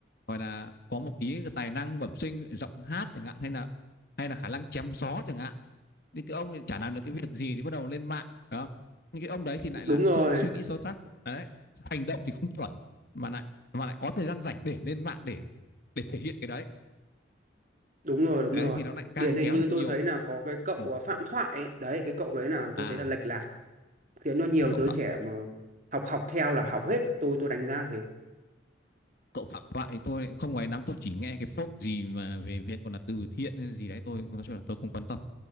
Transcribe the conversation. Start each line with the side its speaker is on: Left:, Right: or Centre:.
Left: gọi là có một tí cái tài năng bẩm sinh giọng hát chẳng hạn hay là hay là khả năng chém gió chẳng hạn những cái ông thì chả làm được cái việc gì thì bắt đầu lên mạng đó những cái ông đấy thì lại
Right: đúng
Left: là
Right: rồi
Left: không có suy nghĩ sâu sắc đấy hành động thì không chuẩn mà lại mà lại có thời gian rảnh để lên mạng để để thể hiện cái đấy
Right: đúng rồi đúng
Left: đấy
Right: rồi
Left: thì nó lại càng
Right: điển hình
Left: kéo
Right: như
Left: được
Right: tôi
Left: nhiều
Right: thấy
Left: cái...
Right: là có cái cậu
Left: ừ.
Right: à, Phạm Thoại ấy. đấy cái cậu đấy là tôi
Left: à
Right: thấy là lệch lạc khiến cho nhiều
Left: cậu
Right: giới
Left: phạm
Right: trẻ mà học học theo là hỏng hết tôi tôi đánh giá thế
Left: cậu phạm thoại thì tôi không ngoài nắm tôi chỉ nghe cái phốt gì mà về việc còn là từ thiện hay gì đấy tôi nói chung là tôi không quan tâm